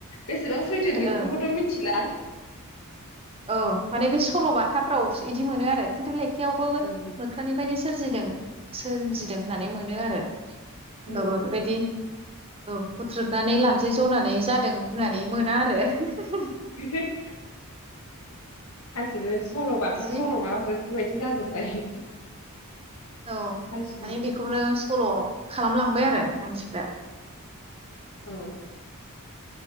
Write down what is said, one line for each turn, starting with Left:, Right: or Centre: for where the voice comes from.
Left: बेसेबां सैथो बेफोरखौथ'
Right: ओ
Left: मिनथिला
Right: औ माने बे सल' बाथाफ्रावस इदि मोनो आरो। खिन्थु ले खायावबो
Left: ओं
Right: मोख्रानि फायनो सोरजिदों सोमजिदों होननानै मोनो आरो होनबाबो
Left: उम
Right: बेबायदि औ फु थ्रुदनानै लानजाइ जनानै जादों होननानै मोना आरो <unintelligible>
Left: <unintelligible> गासिबो सल'बाथा
Right: जि
Left: सल' मा फोर बे बायदि जाजोब्बाय
Right: औ
Left: मानसिनि
Right: माने बिखौनो सल' खालामलांबाय आरो मानसिफ्रा।
Left: औ